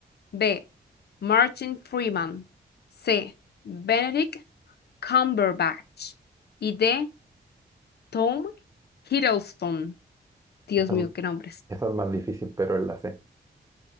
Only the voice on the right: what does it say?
esa,
esa es más difícil, pero es la C.